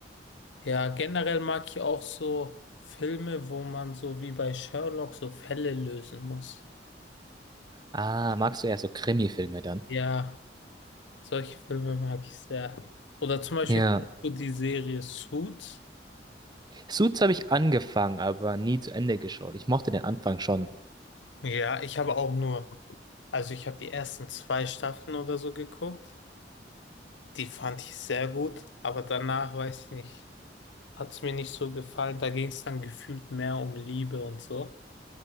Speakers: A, on the left; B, on the right.
A: Ja, generell mag ich auch so Filme, wo man so wie bei Sherlock so Fälle lösen muss.
B: Ah, magst du eher so Krimi-Filme dann?
A: Ja, solche Filme mag ich sehr. Oder zum Beispiel
B: Ja.
A: kennst du die Serie Suits.
B: Suits habe ich angefangen, aber nie zu Ende geschaut. Ich mochte den Anfang schon.
A: Ja, ich habe auch nur, also ich habe die ersten zwei Staffeln oder so geguckt. Die fand ich sehr gut, aber danach weiß ich nicht, hat es mir nicht so gefallen. Da ging es dann gefühlt mehr um Liebe und so.